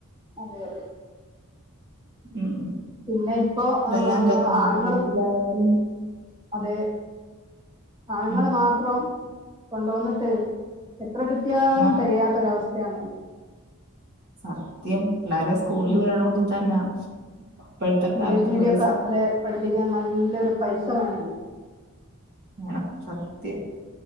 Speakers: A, on the right; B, on the right.
A: അതെ അതെ
B: ഉം
A: പിന്നെ ഇപ്പോ
B: ഇതെല്ലാം
A: ആ,
B: കഴിഞ്ഞ് നമ്മുടെ
A: ആണുങ്ങളും
B: വീട്ടിലായാലും
A: അതെ ആണുങ്ങള്
B: ഉം
A: മാത്രം കൊണ്ടോന്നിട്ട് എത്ര കിട്ടിയാലും
B: മ
A: തികയാത്തൊരവസ്ഥയാണല്ലോ
B: സത്യം പിള്ളാരെ സ്കൂളിൽ
A: ഉം
B: വിടണോങ്കി തന്നാ ഇപ്പഴ്ത്തെ
A: ഇംഗ്ലീഷ്
B: കാലത്ത്
A: മീഡിയം
B: പൈസ
A: ഒക്കെ അത് പഠിപ്പിക്കാൻ നല്ലൊരു പൈസ വേണല്ലോ
B: വേണം സത്യം